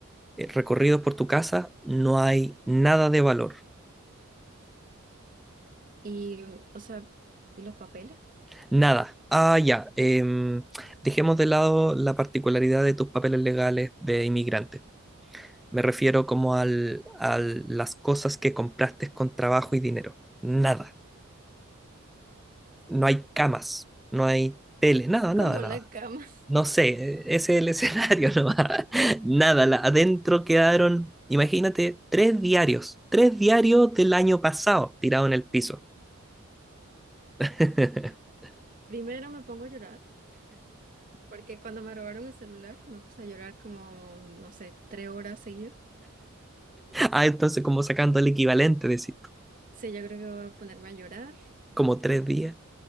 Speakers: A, in the centre; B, on the right.
A: eh, recorridos por tu casa, no hay nada de valor,
B: Y, o sea, ¿y los papeles?
A: nada. Ah, ya, em, dejemos de lado la particularidad de tus papeles legales de inmigrante. Me refiero como al, a las cosas que compraste con trabajo y dinero. Nada. No hay camas, no hay tele, nada,
B: <laughs>
A: nada,
B: Como
A: nada.
B: la cama.
A: No sé, e, ese es el escenario <laughs> nomás. Nada, la- adentro quedaron, imagínate, tres diarios, tres diarios del año pasado tirados en el piso. <laughs>
B: <laughs> Primero me pongo a llorar, porque cuando me robaron el celular me puse a llorar como, no sé, tres horas seguidas.
A: Ah, entonces como sacando el equivalente, decís tú,
B: Sí, yo creo que voy a ponerme a llorar,
A: como tres días.